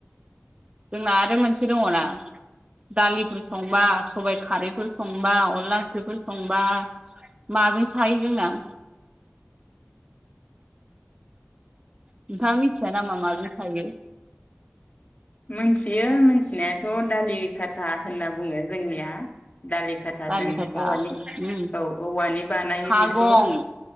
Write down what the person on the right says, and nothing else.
जोंना आरो मोनसे दङना दालिफोर संबा सबायाइ खारैफोर संबा अनला ओंख्रिफोर संबा माजों सायो जोंना नोंथांङा मिथिया नामा माजों सायो
दालि
खाथा
उम
सागं